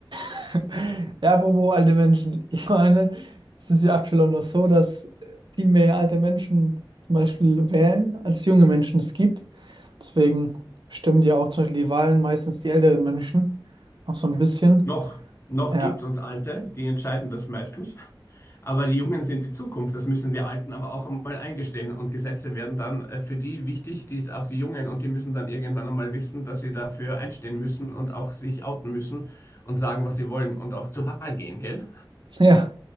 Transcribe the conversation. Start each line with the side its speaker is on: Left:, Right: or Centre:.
Right: <laughs> ja, apropos alte Menschen. Ich meine, es ist ja aktuell auch noch so, dass viel mehr alte Menschen zum Beispiel wählen, als junge Menschen es gibt. Deswegen stimmen die auch zum Beispiel die Wahlen meistens die älteren Menschen noch so ein bisschen.
Left: Noch, noch
Right: Ja,
Left: gibt es uns Alte, die entscheiden das meistens. Aber die Jungen sind die Zukunft, das müssen wir Alten aber auch einmal eingestehen. Und Gesetze werden dann äh, für die wichtig, die auch die Jungen, und die müssen dann irgendwann einmal wissen, dass sie dafür einstehen müssen und auch sich outen müssen und sagen, was sie wollen und auch zur Wahl gehen, gell?
Right: <laughs> ja.